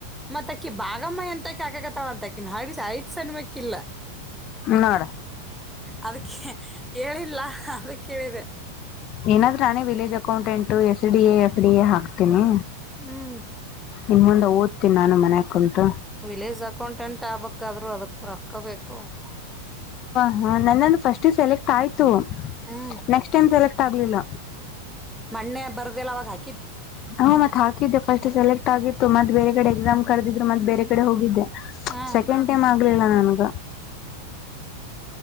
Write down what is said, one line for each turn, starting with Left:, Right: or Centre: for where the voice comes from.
Centre: ಮತ್ತ ಅಕ್ಕಿ ಬಾಗಮ್ಮ ಎಂತಕಿ <unintelligible>
Left: ನೋಡ
Centre: ಅದಕ್ಕೆ ಹೇಳಿಲ್ಲ ಅದಕ್ಕೆೇಳಿದೆ
Left: ಏನಾದ್ರೂ ನಾನೇ ವಿಲೇಜ್ ಅಕೌಂಟೆಂಟ್ <unintelligible> <unintelligible> ಹಾಕಸ್ತೀನಿ
Centre: ಹ್ಮ್
Left: ಇನ್ ಮುಂದ ಓದ್ತೀನಿ ನಾನು ಮನ್ಯಾಗ್ ಕುಂತ್
Centre: ವಿಲೇಜ್ ಅಕೌಂಟೆಂಟ್ ಆಗ್ಬಕ್ ಆದ್ರು ಅದಕ್ಕೆ ರೊಕ್ಕ ಬೇಕ <unintelligible>
Left: ಹ ನನ್ನಂದು ಫಸ್ಟ್ ಸೆಲೆಕ್ಟ್ ಆಯ್ತು
Centre: ಹ್ಮ್
Left: ನೆಕ್ಸ್ಟ್ ಟೈಮ್ ಸೆಲೆಕ್ಟ್ ಆಗ್ಲಿಲ್ಲ.
Centre: ಮನ್ನೇ ಬರ್ದಿಲ್ಲ ಅವಾಗ್ ಹಾ
Left: ಹಾ ಮತ್ತ ಹಾಕಿದ್ದೆ ಫಸ್ಟ್ ಸೆಲೆಕ್ಟ್ ಆಗಿತ್ತ್ ಮತ್ತ ಬೇರೆ ಕಡೆ ಎಕ್ಸಾಮ್ ಕರೆದಿದ್ರು ಮತ್ತ ಬೇರೆ ಕಡೆ ಹೋಗಿದ್ದೆ.
Centre: ಹಾ
Left: ಸಕೆಂಡ್ ಟೈಮ್ ಆಗ್ಲಿಲ್ಲ ನನಗ್.